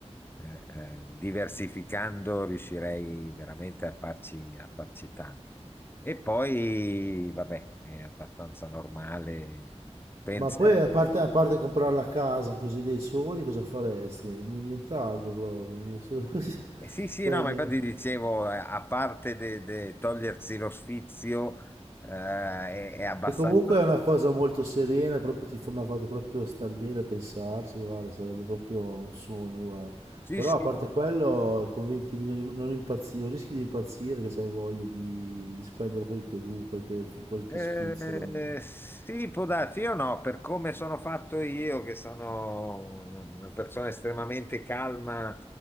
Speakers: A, on the left; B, on the right.
A: eh, eh, diversificando riuscirei veramente a farci, a farci tanto. E poi, vabbè, è abbastanza normale, penserei.
B: Ma poi, a parte, a parte comprare la casa così dei sogni, cosa faresti? Ni- Nient'altro proprio. ni- solo- <laughs>
A: Eh, Sì, sì,
B: solo
A: no,
B: niente.
A: ma infatti dicevo, eh, a parte de- de togliersi lo sfizio, eh, è, è abbastanza...
B: E comunque è una cosa molto serena, proprio ti fa- mi ha fatto proprio star bene a pensarci, guarda, sarebbe proprio un sogno, guarda.
A: Sì,
B: Però
A: sì,
B: a parte quello, con 20 milioni non impazzi- non rischi di impazzire che se hai voglia di, di spendere quel che du, quel che, quel che
A: Eh,
B: sfizio veramente.
A: sì, può darsi, io no, per come sono fatto io, che sono una persona estremamente calma,